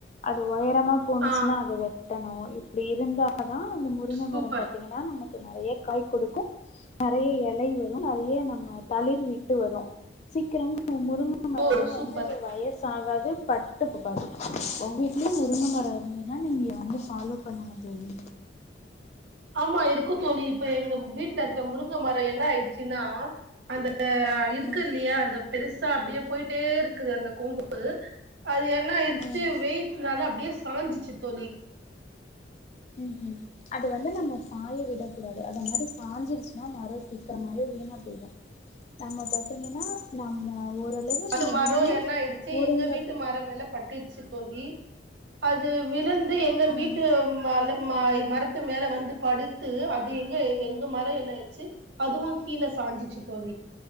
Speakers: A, on the left (about 40°); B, on the right (about 70°).
A: அது ஒயரமா போணுச்சின்னா
B: ஆ
A: வெட்டணும் இப்டி இருந்தா தான் அந்த முருகன்
B: சூப்பர்
A: மரம் பாத்தீங்கன்னா நம்ம நெறைய காய் கொடுக்கும் நெறைய இலை வ நெறைய நம்ம தளிர்வி ட் வரும் சீக்கிரம் முருங்க மரமும்
B: ஓ சூப்பர்
A: வந்து வயசாகாது பட்டு போகாது உங்க வீட்லயும் முருங்க மரம் இருந் என்னா நீங்க வந்து ஃபாலோ பண்ணுங்க தோழி
B: ஆமா இருக்கும தோழி இப்ப எங்க வீட்ல இருக்க முருங்க மரம் என்ன ஆயிடுச்சின்னா அந்த ஆ இருக்குயில்லையா
A: ம்
B: அந்த பெருசா அப்டியே போயிட்டேயிருக் குது அந்த கொம்பு <unintelligible> அது என்ன ஆயிடுச்சு
A: ம்
B: வெயிட்னால அப்டியே சாஞ்சிச்சு தோலி
A: உம் ஹும் அது வந்து நம்ம சாய விடக்கூடாது அத மாரி சாஞ்சுடுச்சுன்னா மரோ சீக்குரமாவே வீணா போயிடோ நம்ம பாத்தீங்கன்னா நம்ம ஓரளவு
B: பட்டு
A: நம்ம
B: மரோ
A: நின்னு
B: என்ன ஆயிடுச்சு
A: முருங்க
B: எங்க வீட்டு மரோ மேல பட்டு ச்சு தோலி அது விலுந்து எங்க வீட்டு
A: ம்
B: மல மரத்து மேல வந்து படுத்து அது எங்க எங்க மரோ என்ன ஆயிடுச்சு அதுவோ கீல சாஞ்சுச்சு தோலி